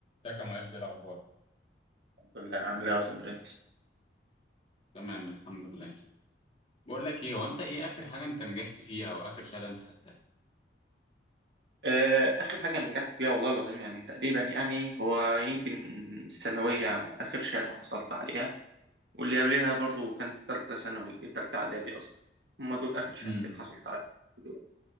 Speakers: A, on the left; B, on the right.
A: ازيك يا معز إيه الاخبار
B: لا عامل ايه يا صبري
A: تمام الحمد لله بقول لك ايه هو انت ايه اخر حاجه انت نجحت فيها او اخر شهاده انت خدتها
B: آه، اخر حاجه نجحت فيها والله العظيم يعني تقريبا يعني هو يمكن الثانويه عامه اخر شهاده حصلت عليها واللي قبلها برضو كانت ثالثه ثانوي ثالثه اعدادي اصلا هما دول اخر شهادتين
A: امم
B: حصلت عليهم دلوقتي